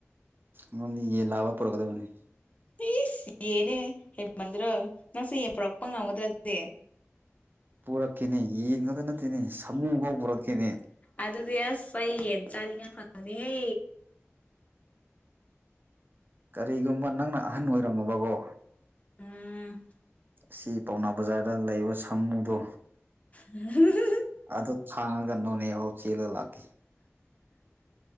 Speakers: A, on the right; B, on the left.
A: ꯅꯣꯟꯗꯤ ꯌꯦ ꯂꯥꯕ ꯄꯨꯔꯛꯀꯗꯕꯅꯤ
B: ꯇꯤꯁ ꯌꯦꯅꯦ ꯍꯦꯃꯟꯗ꯭ꯔ ꯅꯪꯁꯦ ꯌꯦ ꯄꯨꯔꯛꯄ ꯉꯝꯒꯗ꯭ꯔꯗꯤꯦ
A: ꯄꯨꯔꯛꯀꯅꯦ ꯌꯦꯡ ꯈꯛꯇ ꯅꯠꯇꯦꯅꯦ ꯁꯃꯨ ꯐꯥꯎ ꯄꯨꯔꯛꯀꯅꯤ
B: ꯑꯗꯨꯗꯤ ꯑꯁ ꯑꯩ ꯌꯦꯟ ꯆꯥꯅꯤꯡꯉꯥꯏ ꯈꯪꯅꯤꯍꯦ
A: ꯀꯔꯤꯒꯨꯝꯕ ꯅꯪꯅ ꯑꯍꯟ ꯑꯣꯏꯔꯝꯃꯕꯀꯣ
B: ꯎꯝ
A: ꯑꯁꯤ ꯄꯥꯎꯅꯥ ꯕꯖꯥꯔꯗ ꯂꯩꯕ ꯁꯥꯃꯨꯗꯣ
B: ꯎꯝ
A: ꯑꯗꯨ ꯊꯥꯡꯉꯒ ꯅꯣꯅꯦꯐꯥꯎ ꯆꯦꯜꯂ ꯂꯥꯛꯀꯦ